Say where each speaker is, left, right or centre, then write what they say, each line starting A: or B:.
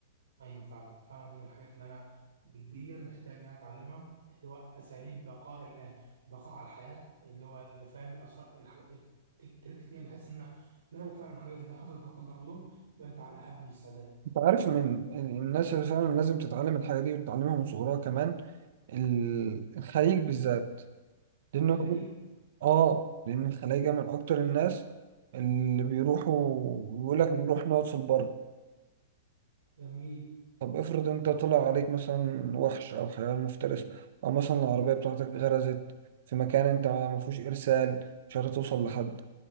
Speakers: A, on the right (about 85°); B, on the right (about 65°).
A: ايوه فعلا فعلا دي من الحاجات اللي انا جديا محتاج ان انا اتعلمها اللي هو اساليب بقاء ال- بقاء على الحياه اللي هو اللي فاهم الاثار التريكس دي أنا بحس ان انا لو فعلا حاجه زي دي حصلت لا قدر الله يبقى انت على الاحب الاستعداد
B: انت عارف من الناس اللي فعلا لازم تتعلم الحاجه دي وتتعلمها من صغرها كمان ال- الخليج بالذات لانه
A: الخليج
B: اه لان الخلايجه من اكتر الناس اللي بيروحوا يقول لك نروح نقعد في البر
A: جميل
B: طب افرض انت طلع عليك مثلا وحش او حيوان مفترس او مثلا العربية بتاعتك غرزت في مكان انت ما فيهوش ارسال مش عارف توصل لحد